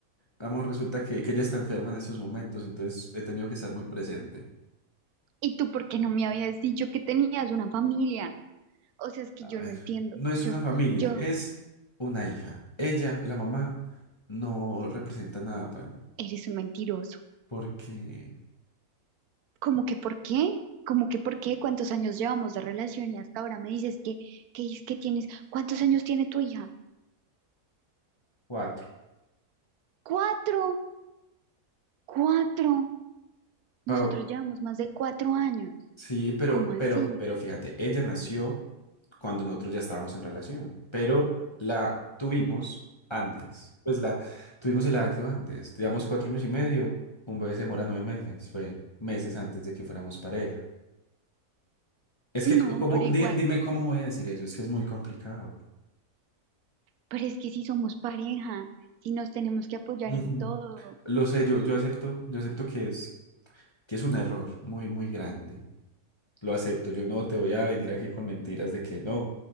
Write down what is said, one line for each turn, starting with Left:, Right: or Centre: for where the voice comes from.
Left: vamos resulta que, que ella está enferma en estos momentos, entonces he tenido que estar muy presente.
Right: ¿Y tú por qué no me habías dicho que tenías una familia? O sea, es que
Left: A
Right: yo
Left: ver,
Right: no entiendo.
Left: no es
Right: Yo,
Left: una familia,
Right: yo,
Left: es una hija. Ella, la mamá, no representa nada para mí,
Right: eres un mentiroso.
Left: porque...
Right: ¿Cómo que por qué? ¿Cómo que por qué? ¿Cuántos años llevamos de relación y hasta ahora me dices que, que es que tienes, ¿cuántos años tiene tu hija?
Left: Cuatro.
Right: Cuatro, cuatro.
Left: Pau,
Right: Nosotros llevamos más de cuatro años.
Left: Sí, pero,
Right: ¿Cómo así?
Left: pero, pero fíjate, ella nació cuando nosotros ya estábamos en relación, pero la tuvimos antes. Pues la tuvimos el acto antes, digamos cuatro años y medio, un bebé se demora nueve meses, fue meses antes de que fuéramos pareja. Es que, como,
Right: No, pero
Left: dime
Right: igual.
Left: cómo voy a decir eso, es que es muy complicado.
Right: Pero es que si somos pareja, si nos tenemos que apoyar
Left: Ujú.
Right: en todo.
Left: Lo sé, yo, yo acepto, yo acepto que es, que es un error muy, muy grande. lo acepto. Yo no te voy a venir aquí con mentiras de que no,